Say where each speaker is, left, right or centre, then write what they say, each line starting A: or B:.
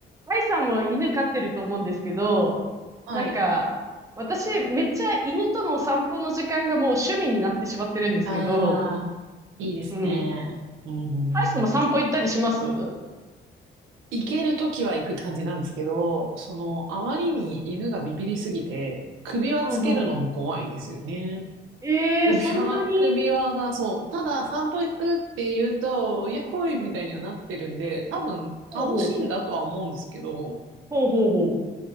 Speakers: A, on the right; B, on the right.
A: アイさんも犬飼ってると思うんですけど、
B: はい。
A: なんか、私、めっちゃ犬との散歩の時間がもう趣味になってしまってるんですけど、
B: ああ、いいですね。
A: うん。
B: うん。
A: アイさんも散歩行ったりしますうん
B: 行けるときは行くって感じなんですけど、その、あまりに犬がビビりすぎて、首輪つけるのも怖いんですよね。
A: うん。ええー、
B: 首輪、
A: そんなに。
B: 首輪がそう、ただ散歩行くって言うと、イヤホイみたいにはなってるんで、
A: うん。
B: 多分楽しいんだとは思うんですけど、
A: ほうほう。ほうほうほう。